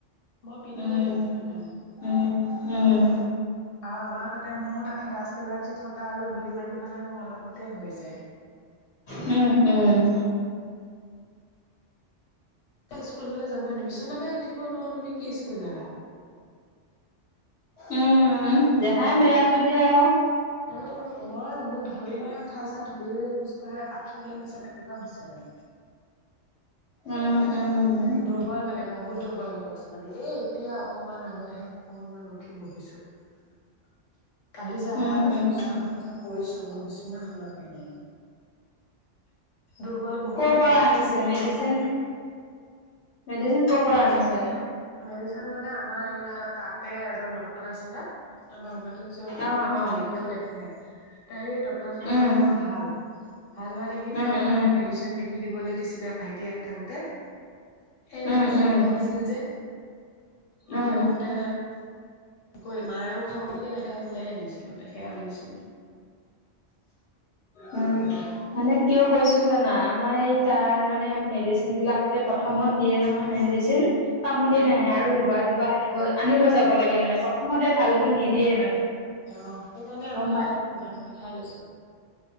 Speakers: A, on the left (about 85°); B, on the left (about 70°).
A: মই পিধুৱেই
B: উম
A: সেইকাৰণে।
B: উম! উম!
A: আও আমাৰ তাতে মোৰ তাতে ডাষ্ট এলাৰ্জি থকা আৰু ধূলি - বালি পালে মোৰ অলপতে হৈ যায়।
B: উম উম।
A: খন স্কুললৈ যাবই নিবিচনাতে উঠিব নোৱাৰ তুমি কি স্কুল যাবা?
B: উম দেহাই বেয়া যদি আৰু
A: উম মই মোক ধৰি - ধৰি উঠা চাই ধৰি - ধৰি খোজ কঢ়াই বাথৰুমত লৈ গৈছে। সেনেকোৱা হৈছে মো।
B: উম! উম!
A: দুৰ্বল মানে বহুত দুৰ্বল হৈ গৈছো মানে এ এতিয়া অকমান আগতহে অকনমান উঠি বহিছো। <unintelligible> কালি যে আহা
B: উম
A: পা যে
B: উম
A: বিছনাখন যে পৰিছো মোক বিচনাখনতে মানে। দুৰ্বল বহুত
B: কৰ
A: লাগে
B: পৰা আনিছে
A: উঠি আহিব
B: মেডিচিন
A: মনৱা।
B: মেডিচিন কৰ পৰা
A: মেডিচিন
B: আনিছে
A: নিনিয়ে, মেডিচিন মানে আমাৰ ইয়া তাতে এজন ড টৰ আছিলে, ত ন আগতে যত দেখাও
B: অ অ
A: মানে এতিয়াও দেখায়, তাই ড ডক্তৰ জনৰ
B: উম
A: লগত ভাল, ভাল হোৱা দেখি
B: উম
A: তেওঁক মোক
B: উম
A: মানে মেডিচিন খেদিবলৈ দিছিলে আৰু ভাইটি ইয়াত থাকোতে। সেই
B: উম
A: মেডিচিন
B: উম
A: লিখি দিছিল যে, লিখি
B: উম
A: দিওঁতে কৰি মায়েও খাব বুলিকে দেখাই পেলাই আনিছিলে মানে সেয়া মেডিচিন।
B: উম মানে কিয় কৈছো জানা আমাৰ এই তাত মানে মেডিচিনবিলাক যে পা থমত দিয়ে নহয় মেডিছিন। কামতে
A: উম
B: নাহে আৰু দুবা - দুবা আনিব - আনিব যাব লাগে মানে প্ৰথমতে ভালটো নিদিয়ে মানে।
A: অঁ সেইকাৰণে আমি
B: গম
A: ইয়াত
B: পা
A: নাম লিখাই লৈছো।